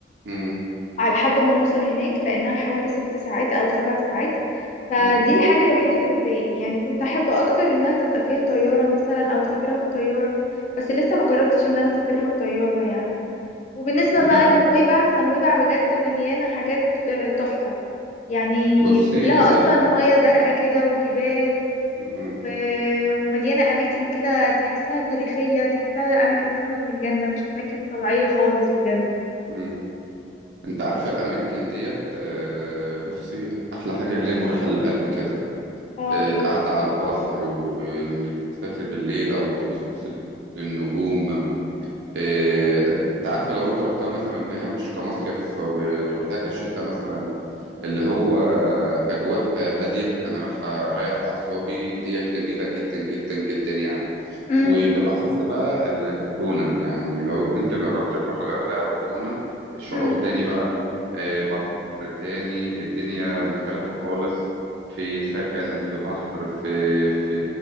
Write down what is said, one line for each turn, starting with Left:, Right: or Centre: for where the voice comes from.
Right: مم.
Left: على لحد ما نوصل هناك لأنها حوالي ست ساعات أو سبع ساعات فدي
Right: مم.
Left: الحاجة الوحيدة اللي بتضايقني يعني كنت أحب أكتر إنها تبقى فيها طيارة مثلا أو أسافرها بطيارة بس لسه ما جربتش إن أنا أسافرها بطيارة يعني وبالنسبة
Right: لا
Left: بقى لنويبع فنويبع بجد مليانة حاجات آه، تحفة يعني
Right: بصي
Left: كلها
Right: ال...
Left: أصلا مياه زرقاء كده وجبال
Right: مم.
Left: و- ومليانة أماكن كده تحسها تاريخية تحسها أماكن نازلة من الجنة مش أماكن طبيعية خالص بجد
Right: مم. انت عارفة الاماكن ديت آه، بصي احلى حاجة اللي هي مريحة للقلب كده
Left: اه
Right: آه، القعدة على البحر وانك تسافري بالليل او تبص للنجوم إيه، انت عارفه لو انت رحتها مثلا اللي هي مش كمصيف وتروحيها كشتا مثلا اللي هو اجواء هاديه انا رايح اريح اعصابي دي جميله جدا جدا جدا يعني
Left: امم
Right: وبالاخص بقى ال- الجونه يعني لو انت جربت تروح الغردقه والجونه الشعور
Left: امم
Right: تاني بقى إيه، بحر تاني الدنيا مختلفه خالص في سكن في بحر في في